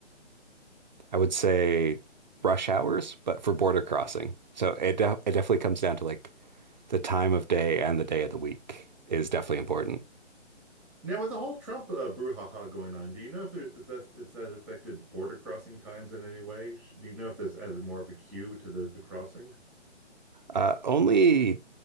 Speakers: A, on the right; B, in the centre.
A: I would say, rush hours, but for border crossing. So it de it definitely comes down to like the time of day and the day of the week is definitely important.
B: Now, with the whole Trump uh, brouhaha going on, do you know if there's is that is that affected border crossing times in any way? Sh- Do you know if that's added more of a queue to the the crossing?
A: Uh, only